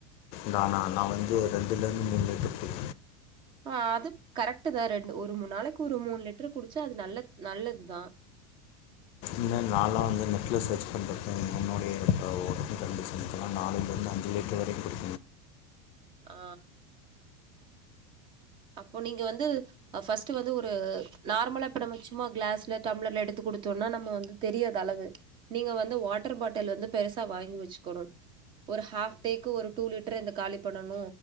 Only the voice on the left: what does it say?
நானா நா வந்து ரெண்டுலெர்ந்து மூணுலிட்டர் குடி
என்ன‌ நால்லா வந்து நெட்ல சர்ச் பண்ணிருக்கே என்னுடைய ஒடம்பு கன்டிஷன்க்குலா நாலுலெர்ந்து அஞ்சு லிட்ரு வரையு குடி